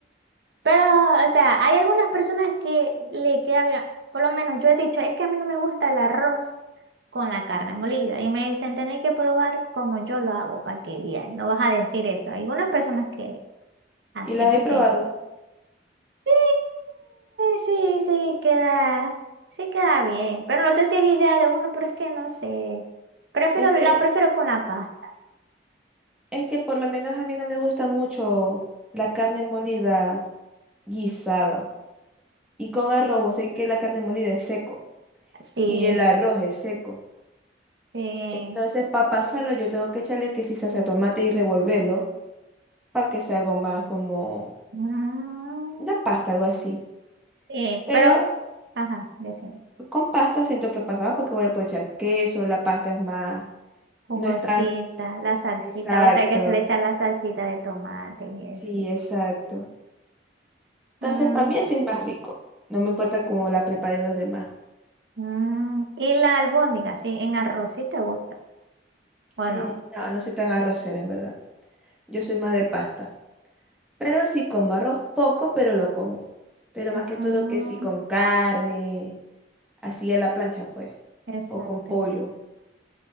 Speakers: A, on the right; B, in the centre.
A: Pero, o sea, hay algunas personas que le queda bien, por lo menos yo he dicho, es que a mí no me gusta el arroz con la carne molida. Y me dicen, tenéis que probar como yo lo hago para que veas, no vas a decir eso. Hay algunas personas que hacen
B: Y las
A: así.
B: he probado.
A: Sí, Sí, sí, queda, sí queda bien. Pero no sé si es idea de uno, pero es que no sé. Prefiero,
B: Es
A: la
B: que,
A: prefiero con la pasta.
B: es que por lo menos a mí no me gusta mucho la carne molida guisada. Y con arroz, o sea que la carne molida es seco.
A: Sí,
B: Y el arroz es seco.
A: sí.
B: Entonces, para pasarlo, yo tengo que echarle que si salsa de tomate y revolverlo para que sea algo más como
A: Mm,
B: una pasta, algo así.
A: sí,
B: Pero
A: pero, ajá, decimos,
B: con pasta siento que pasaba porque voy le puedo echar queso, la pasta es más,
A: jugosita,
B: no es tan...
A: la salsita,
B: Exacto,
A: o sea que se le echa la salsita de tomate y
B: sí,
A: eso.
B: exacto.
A: Mm,
B: Entonces, para mí así es más rico. No me importa cómo la preparen los demás.
A: mm, Y la albóndiga, sí, en arroz, sí te gusta. Bueno,
B: Eh, no, no soy tan arrocera, en verdad. Yo soy más de pasta. Pero sí como arroz poco, pero lo como. Pero más
A: mm,
B: que todo que sí con carne, así a la plancha, pues.
A: exacto.
B: O con pollo.